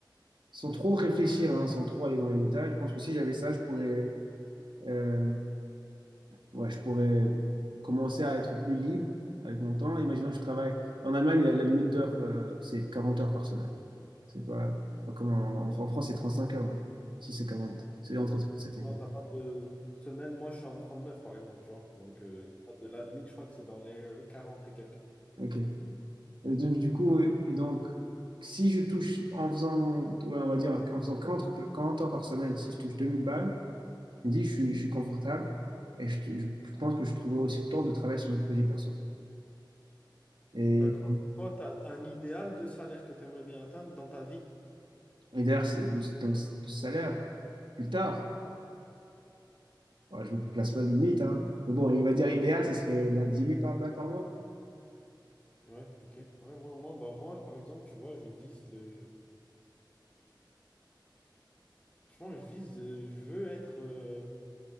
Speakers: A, on the right; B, on the left.
A: sans trop réfléchir, hein, sans trop aller dans les détails, je pense que si j'avais ça, je pourrais, euh, ouais, je pourrais commencer à être plus libre avec mon temps. Imaginons que je travaille. En Allemagne, la, la limite d'heure, euh, c'est 40 heures par semaine. C'est pas, pas comme en, en France, c'est 35 heures, non? Si c'est 40, C'est entre 37 et
B: Non,
A: 40.
B: t'as pas de semaine, moi je suis en 39 par exemple, tu vois. Donc euh, y a pas de la limite, je crois que c'est dans les euh, 40 et quelques.
A: Ok. Et donc, du coup, euh, et donc, si je touche en faisant, ouais, on va dire, en faisant 40 heures 40 heures par semaine, si je touche 2000 balles, je me dis, je suis, je suis confortable et je, tou- je pense que je trouverai aussi le temps de travailler sur mes projets perso. Et,
B: D'accord. Toi, tu as, un idéal de salaire que tu aimerais bien atteindre dans ta vie?
A: et d'ailleurs, c'est- de- dans le s- salaire, plus tard, ouais, je ne place pas de limite, hein. mais bon, il va dire idéal, ça serait bah, 10 000 par, balles par mois.
B: Ouais, ok. Ouais, moi, moi, bah, moi, par exemple, tu vois, je vise le. Franchement, je vise. euh, Je veux être euh,